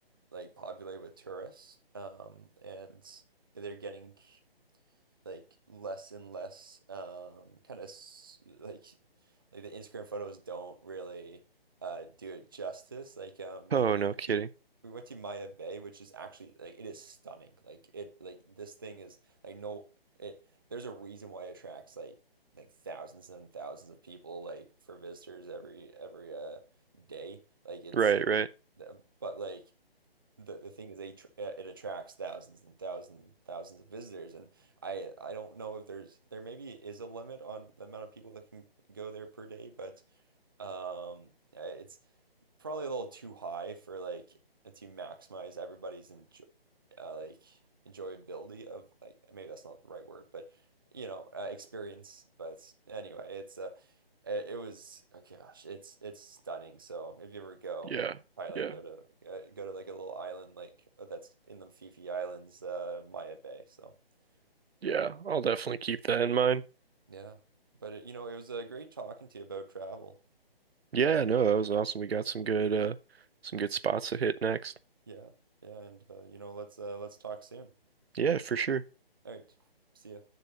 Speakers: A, on the right (about 20°); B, on the right (about 80°).
A: like popular with tourists. Um, and they're getting like less and less um kind of like like the Instagram photos don't really uh do it justice like um we
B: Oh,
A: we
B: no kidding.
A: went to we went to Maya Bay which is actually like it is stunning like it like this thing is like no it there's a reason why it attracts like like thousands and thousands of people like for visitors every every uh day like it's
B: Right, right.
A: but like the, the thing is they tr- uh, it attracts thousands and thousands and thousands of visitors and I I don't know if there's there maybe is a limit on the amount of people that can go there per day but um uh, it's probably a little too high for like to maximize everybody's enjoy uh, like enjoyability of like maybe that's not the right word, but you know, uh, experience. But anyway, it's uh it, it was oh gosh, it's it's stunning. So if you ever go
B: Yeah.
A: Thailand,
B: Yeah.
A: go to uh, go to like a little island like that's in the Phi Phi Islands, uh Maya Bay. So,
B: Yeah,
A: but
B: I'll definitely keep that in mind.
A: yeah. But it, you know, it was uh, great talking to you about travel.
B: Yeah, no, that was awesome. We got some good uh some good spots to hit next.
A: Yeah. Yeah, and uh, you know, let's uh let's talk soon.
B: Yeah, for sure.
A: All right. See ya.